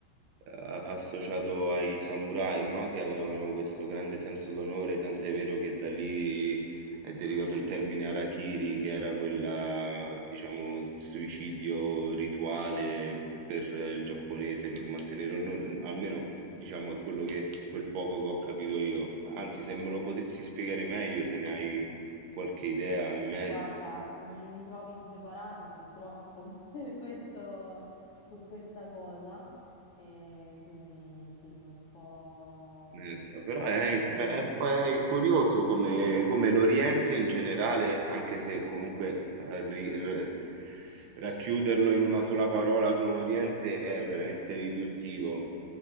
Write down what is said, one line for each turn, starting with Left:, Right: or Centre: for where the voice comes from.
Right: a- associato ai samurai, no? Che avevano questo grande senso d'onore, tant'è vero che da lì è derivato il termine harakiri, che era quella, diciamo, suicidio rituale per eh, il giapponese, per mantenere onore, almeno diciamo è quello che, quel poco che ho capito io. Anzi, se me lo potessi spiegare meglio, se ne hai qualche idea in merito.
Left: Guarda, mi, mi trovi impreparata purtroppo <laughs> per questo, su questa cosa, e quindi sì, sono un po'...
Right: Onesta, Però è, inf-
Left: Mm.
Right: è fa- è curioso come, come l'Oriente in generale, anche se comunque eh, ri- r- racchiuderlo in una sola parola come Oriente è veramente riduttivo,